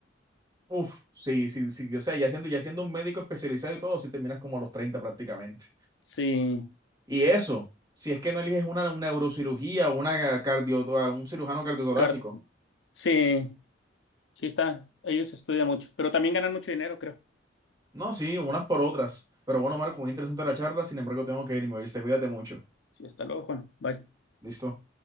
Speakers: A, on the right; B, on the left.
A: Uf, sí, sí, sí. O sea, ya siendo, ya siendo un médico especializado y todo, sí terminas como a los 30 prácticamente.
B: Sí,
A: Y eso, si es que no eliges una, una neurocirugía o una cardio, o un cirujano cardiotorácico.
B: car- sí, sí está. Ellos estudian mucho, pero también ganan mucho dinero, creo.
A: No, sí, unas por otras. Pero bueno, Marco, muy interesante la charla. Sin embargo, tengo que irme, ¿viste? Cuídate mucho.
B: Sí, hasta luego, Juan. Bye.
A: Listo.